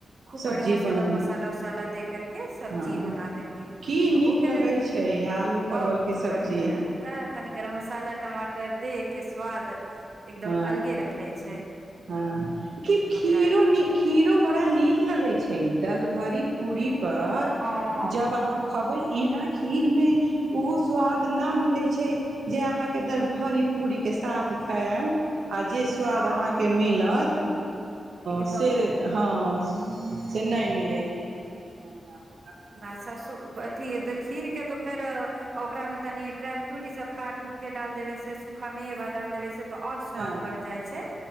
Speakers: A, on the right; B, on the right.
A: खूब
B: सब्जी
A: बढ़िया से
B: बन
A: एकदम मसाला उसाला दे के सब्जी
B: हँ
A: बना देलियै त
B: की नीक
A: हो गेलै
B: लगै छै आलू परवल
A: बहुत
B: के सब्जी
A: बढ़िया तऽ तनी गरम मसाला टमाटर टर दे के स्वद एकदम
B: हँ
A: अलगे रहै छै
B: हँ क खीरो
A: ओकरा
B: न खीरो बड़ा नीक लगे छै दालि भारी पूरी पर
A: हँ
B: जब अहााँ खबे एना खीरमे ओहो स्वाद नहि मिलै छै जे अहाँके दाल भरी पूरीके साथ खायब आ जे स्वाद
A: हँ
B: अहा मिलत
A: एकदम
B: से हँ से
A: हूँ
B: नहि मिले छैना मम्मीया
A: आ ससु अथी खीरके तऽ फेर ओकरामे तनि ड्राइ फ्रूट ई सब काट उटके डाल देबै से सूखामेवा डाल देबै से त और स्वाद
B: हँ
A: बढ़ जाइ छै